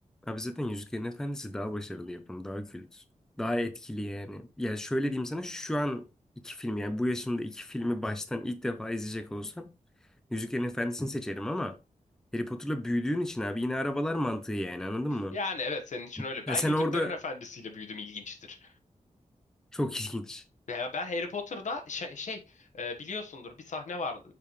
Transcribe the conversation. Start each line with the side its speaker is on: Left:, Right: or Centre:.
Centre: abi zaten Yüzüklerin Efendisi daha başarılı yapım, daha kült, daha etkili yani. Ya şöyle diyeyim sana şu an iki film yani bu yaşımda iki filmi baştan ilk defa izleyecek olsam Yüzüklerin Efendisi'ni seçerim ama Harry Potter'la büyüdüğün için abi yine arabalar mantığı yani anladın mı?
Left: Yani evet senin için öyle.
Centre: Ha
Left: Ben
Centre: sen
Left: Yüzüklerin
Centre: orada
Left: Efendisi'yle büyüdüm ilginçtir.
Centre: Çok ilginç.
Left: Ya ben Harry Potter'da şey, şey e, biliyorsundur bir sahne var.